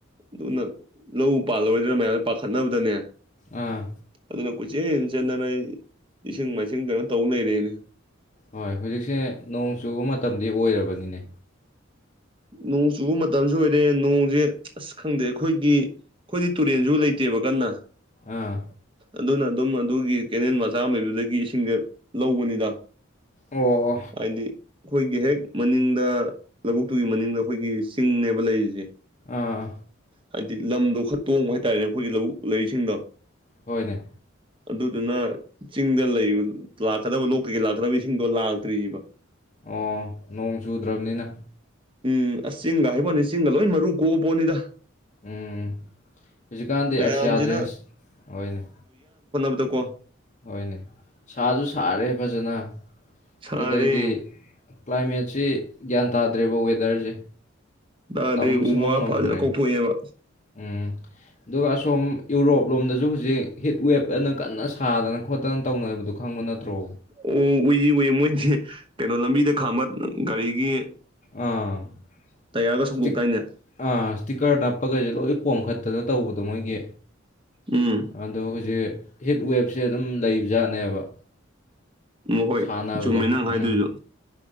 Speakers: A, on the right; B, on the left.
A: ꯑꯗꯨꯅ ꯂꯧ ꯄꯥꯜꯂꯣꯏꯗꯅ ꯃꯌꯥꯝꯁꯦ ꯄꯥꯈꯠꯅꯕꯗꯅꯦ
B: ꯑꯥ
A: ꯑꯗꯨꯅ ꯀꯣꯏꯆꯦꯟ ꯆꯟꯗꯅ ꯏꯁꯤꯡ ꯃꯥꯏꯁꯤꯡ ꯀꯩꯅꯣ ꯇꯧ ꯂꯩꯔꯦꯅꯦ
B: ꯍꯣꯏ ꯍꯧꯖꯤꯛꯁꯦ ꯅꯣꯡ ꯆꯨꯕ ꯃꯇꯝꯗꯤ ꯑꯣꯏꯔꯕꯅꯤꯅꯦ
A: ꯅꯣꯡ ꯁꯨ ꯃꯇꯝꯁꯨ ꯑꯣꯏꯔꯦ ꯅꯣꯡꯁꯦ ꯑꯁ ꯈꯪꯗꯦ ꯑꯩꯈꯣꯏꯒꯤ ꯑꯩꯈꯣꯏꯗꯤ ꯇꯨꯔꯦꯟꯁꯨ ꯂꯩꯇꯦꯕ ꯀꯟꯅ
B: ꯑꯥ
A: ꯑꯗꯨꯅ ꯑꯗꯨꯝ ꯑꯗꯨꯒꯤ ꯀꯦꯅꯦꯜ ꯃꯆꯥ ꯂꯩꯕꯗꯒꯤ ꯏꯁꯤꯡꯗ ꯂꯧꯕꯅꯤꯗ
B: ꯑꯣ
A: ꯍꯥꯏꯗꯤ ꯑꯩꯈꯣꯏꯒꯤ ꯍꯦꯛ ꯃꯅꯤꯡꯗ ꯂꯧꯕꯨꯛꯇꯨꯒꯤ ꯃꯅꯤꯡꯗ ꯑꯩꯈꯣꯏꯒꯤ ꯆꯤꯡꯅꯦꯕ ꯂꯩꯔꯤꯁꯦ
B: ꯑꯥ
A: ꯍꯥꯏꯕꯗꯤ ꯂꯝꯗꯣ ꯈꯔ ꯇꯣꯡꯕ ꯍꯥꯏꯇꯥꯔꯦꯅꯦ ꯑꯩꯈꯣꯏꯒꯤ ꯂꯧꯕꯨꯛ ꯂꯩꯔꯤꯁꯤꯡꯗꯣ
B: ꯍꯣꯏꯅꯦ
A: ꯑꯗꯨꯗꯨꯅ ꯆꯤꯡꯗ ꯂꯩꯕ ꯂꯥꯛꯀꯗꯕ ꯂꯣꯛꯇꯒꯤ ꯂꯥꯛꯀꯗꯕꯁꯤꯡꯗꯣ ꯂꯥꯛꯇ꯭ꯔꯤꯑꯔꯤꯕ
B: ꯑꯣ ꯅꯣꯡ ꯆꯨꯗ꯭ꯔꯕꯅꯤꯅ
A: ꯎꯝ ꯑꯁ ꯆꯤꯡꯒ ꯍꯥꯏꯕꯅꯤ ꯆꯤꯡꯒ ꯂꯣꯏ ꯃꯔꯨ ꯀꯣꯛꯑꯕꯣꯅꯤꯗ
B: ꯎꯝ ꯍꯧꯖꯤꯛꯀꯥꯟꯗꯤ
A: ꯃꯌꯥꯝꯁꯤꯅ
B: ꯑꯁ ꯌꯥꯗ꯭ꯔꯦꯅꯦ ꯍꯣꯏꯅꯦ
A: ꯑꯗꯨꯀꯣ
B: ꯍꯣꯏꯅꯦ ꯁꯥꯁꯨ ꯁꯥꯔꯦ ꯐꯖꯅ
A: ꯁꯔꯦ
B: ꯑꯗꯨꯗꯩꯗꯤ ꯀ꯭ꯂꯥꯏꯃꯦꯠꯁꯤ ꯒ꯭ꯌꯥꯟ ꯇꯥꯗ꯭ꯔꯦꯕ ꯋꯦꯗꯔꯁꯦ
A: ꯑꯗꯗꯤ
B: ꯇꯝꯕ ꯁꯨꯡꯉꯝ
A: ꯎ ꯋꯥ
B: ꯉꯝꯗ꯭ꯔꯦ
A: ꯐꯖꯅ ꯀꯣꯛꯊꯣꯛꯑꯦꯕ
B: ꯎꯝ ꯑꯗꯨꯒ ꯑꯁꯣꯝ ꯌꯨꯔꯣꯞ ꯂꯣꯝꯗꯁꯨ ꯍꯧꯖꯤꯛ ꯍꯤꯠ ꯋꯦꯞ ꯑꯅ ꯀꯟꯅ ꯁꯥꯗꯅ ꯈꯣꯠꯇꯅ ꯇꯧꯅꯕꯗꯣ ꯈꯪꯕ ꯅꯠꯇ꯭ꯔꯣ
A: ꯑꯣ ꯎꯏꯁꯤ ꯎꯏ ꯃꯣꯏꯁꯦ ꯀꯩꯅꯣ ꯂꯝꯕꯤꯗ ꯈꯥꯝꯕ ꯒꯥꯔꯤꯒꯤ
B: ꯑꯥꯤ
A: ꯇꯌꯥꯔꯒ ꯁꯧꯗꯣꯛꯇꯥꯏꯅꯦ
B: ꯑꯥ ꯏꯁꯇꯤꯀꯔꯅ ꯄꯒꯁꯦ ꯂꯣꯏ ꯄꯣꯝꯈꯠꯇꯅ ꯇꯧꯕꯗꯣ ꯃꯣꯏꯒꯤ
A: ꯎꯝ
B: ꯑꯗꯣ ꯍꯧꯖꯤꯛ ꯍꯤꯠ ꯋꯦꯞꯁꯦ ꯑꯗꯨꯝ ꯂꯩꯕꯖꯥꯠꯅꯦꯕ
A: ꯃꯈꯣꯏ
B: ꯁꯥꯟꯅꯕꯗꯣ
A: ꯆꯨꯝꯃꯦ ꯅꯪ ꯍꯥꯏꯗꯣꯏꯁꯨ
B: ꯎꯝ